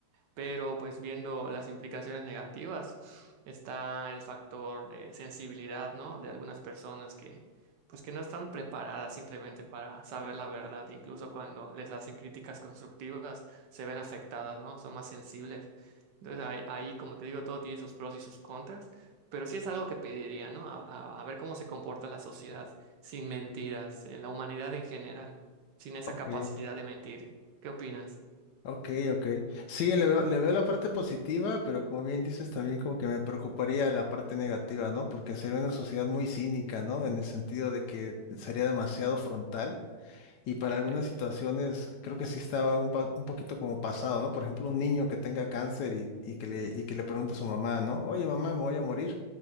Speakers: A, on the right; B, on the left.
A: pero pues viendo las implicaciones negativas está el factor de sensibilidad, ¿no? De algunas personas que pues que no están preparadas simplemente para saber la verdad, incluso cuando les hacen críticas constructivas se ven afectadas, ¿no? Son más sensibles. Entonces ahí, ahí, como te digo, todo tiene sus pros y sus contras, pero sí es algo que pediría, ¿no? A, a- a ver cómo se comporta la sociedad sin mentiras, eh, la humanidad en general, sin esa
B: Ok,
A: capacidad de mentir. ¿Qué opinas?
B: ok, ok. Sí, le veo, le veo la parte positiva, pero como bien dices, también como que me preocuparía la parte negativa, ¿no? Porque sería una sociedad muy cínica, ¿no? En el sentido de que sería demasiado frontal. Y para algunas
A: Sí.
B: situaciones creo que sí estaba un, pa- un poquito como pasado, ¿no? Por ejemplo, un niño que tenga cáncer y, y que le, y que le pregunte a su mamá, ¿no? Oye, mamá, me voy a morir.